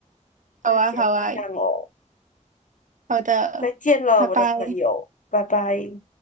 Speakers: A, on the left; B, on the right.
A: 那先这样哦，
B: 好啊，好啊，好的，
A: 再见了，
B: 拜拜。
A: 我的朋友，拜拜。